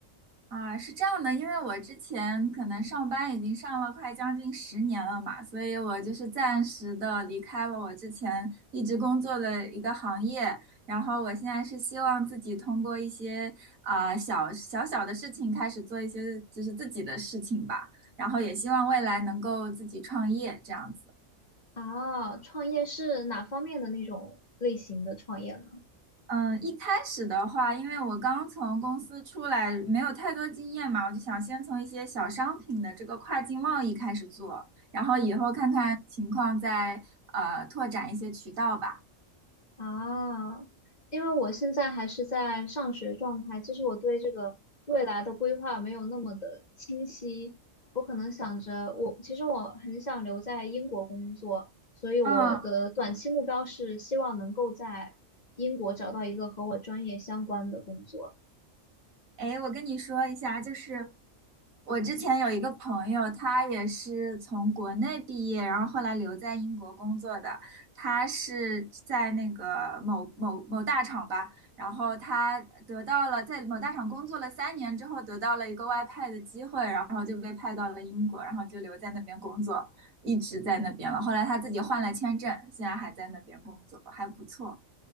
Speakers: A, on the right; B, on the left.
A: 啊，是这样的，因为我之前可能上班已经上了快将近十年了嘛，所以我就是暂时的离开了我之前一直工作的一个行业，然后我现在是希望自己通过一些啊、小小小的事情开始做一些就是自己的事情吧，然后也希望未来能够自己创业这样子。
B: 啊，创业是哪方面的那种类型的创业呢？
A: 嗯，呃一开始的话，因为我刚从公司出来，没有太多经验嘛，我就想先从一些小商品的这个跨境贸易开始做，然后以后看看情况再呃拓展一些渠道吧。
B: 啊，因为我现在还是在上学状态，就是我对这个未来的规划没有那么的清晰。我可能想着我，其实我很想留在英国工作，所以我的短期目标是希望能够在英国找到一个和我专业相关的工作。
A: 嗯。哎，我跟你说一下，就是我之前有一个朋友，他也是从国内毕业，然后后来留在英国工作的。他是在那个某某某大厂吧，然后他得到了在某大厂工作了三年之后，得到了一个外派的机会，然后就被派到了英国，然后就留在那边工作，一直在那边了。后来他自己换了签证，现在还在那边工作，还不错。